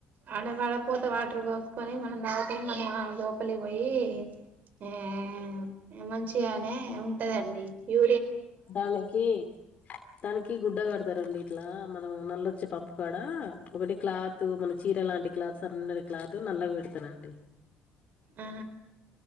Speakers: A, on the right; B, on the left.
A: ఆడవాడపోత వాటర్ ఓసుకొని మనం దాకని మనం లోపలి ఒయి ఏ ఏ మంచిగనే ఉంటదండి యూ
B: దాలోకి దానికి గుడ్డ కడతారండి అట్లా మనం నల్లొచ్చి పంపు కడా ఒకటి క్లాత్ మన చీర లాంటి క్లాత్ సన్నని క్లాత్ నల్లకి వెడతరండి
A: ఆ